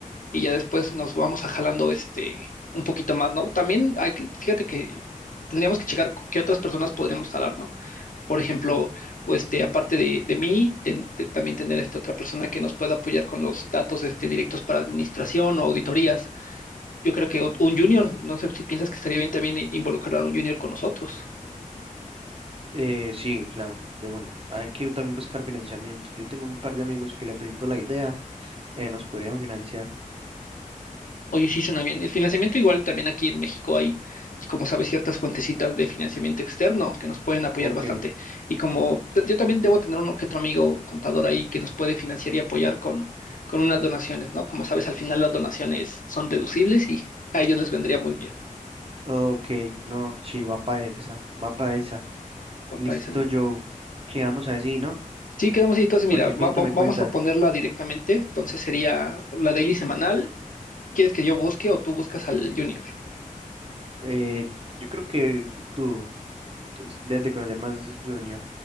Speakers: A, on the left; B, on the right.
A: y ya después nos vamos a jalando este un poquito más, ¿no? También hay que- fíjate que tendríamos que checar cu- qué otras personas podríamos jalar, ¿no? Por ejemplo,
B: Ujú,
A: o este, aparte de, de mí, ten- te- también tener esta otra persona que nos pueda apoyar con los datos este, directos para administración o auditorías. Yo creo que ot-
B: ujú.
A: un junior, no sé si piensas que estaría bien también i- involucrar a un junior con nosotros.
B: Eh, sí, claro, de uno. Hay que también buscar financiamiento. Yo tengo un par de amigos que le presento la idea, eh, nos podrían financiar.
A: Oye, sí suena bien. El financiamiento igual también aquí en México hay, como sabes, ciertas fuentecitas de financiamiento externo que nos pueden apoyar
B: Ok,
A: bastante. Y como t- yo también debo tener uno que otro amigo contador ahí que nos puede financiar y apoyar con, con unas donaciones, ¿no? Como sabes, al final las donaciones son deducibles y a ellos les vendría muy bien.
B: ok, no, sí, va para esa, va para esa.
A: Papá
B: Listo,
A: dice, no.
B: Joe. Quedamos así, ¿no?
A: Sí, quedamos ahí. Entonces,
B: Cualquier
A: mira, va-
B: cosita
A: va-
B: me
A: vamos
B: cuentas.
A: a ponerla directamente. Entonces sería la daily semanal. ¿Quieres que yo busque o tú buscas al junior?
B: Eh, yo creo que tú tú debes de conocer más Junior.